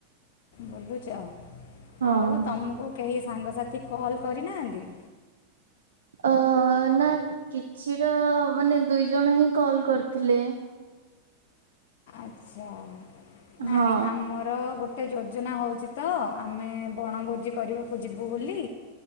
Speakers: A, on the left; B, on the right.
A: ବୁଲୁଛ
B: ହଁ।
A: ଆଉ ତୁମକୁ କେହି ସାଙ୍ଗସାଥି କଲ୍ କରିନାହାଁନ୍ତି?
B: ଅ ନା କିଛିର ମାନେ ଦୁଇ ଜଣ ହିଁ କଲ କରିଥିଲେ।
A: ଆଛା ନାଇଁ
B: ହଁ
A: ଆମର ଆମର ଗୋଟେ ଯୋଜନା ହଉଛି ତ ଆମେ ବଣଭୋଜି କରିବାକୁ ଯିବୁ ବୋଲି।